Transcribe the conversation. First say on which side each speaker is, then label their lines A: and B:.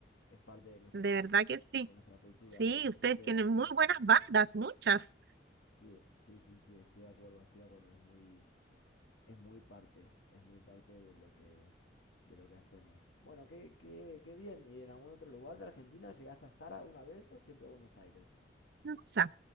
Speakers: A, on the left (about 80°); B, on the right (about 60°).
A: Es parte de nuestra,
B: de verdad que sí.
A: de nuestra cultura,
B: Sí,
A: de lo que ofrecemos.
B: ustedes tienen muy buenas bandas, muchas.
A: Sí, sí, sí, sí, estoy de acuerdo, estoy de acuerdo. Es muy, es muy parte, es muy parte de lo que, de lo que hacemos. Bueno, qué, qué, qué bien. ¿Y en algún otro lugar de Argentina llegaste a estar alguna vez o siempre Buenos Aires?
B: Mendoza.